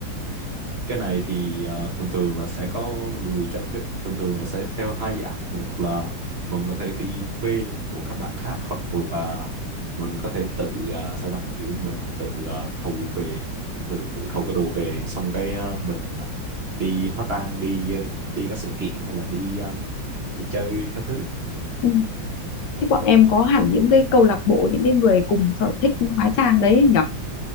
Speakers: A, on the right; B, on the left.
A: cái này thì ờ, thường thường là sẽ có người cho thuê thường thường là sẽ theo hai dạng một là mình có thể đi thuê của các bạn khác hoặc là mình có thể tự ờ, sao ta kiểu mình tự ờ, thầu về tự tự thầu cái đồ về xong cái ờ, mình ờ, đi hóa trang đi ờ, đi các sự kiện hay là đi ờ, đi chơi các thứ
B: ừ. thế bọn em có hẳn những cái câu lạc bộ những cái người cùng sở thích hóa trang đấy ấy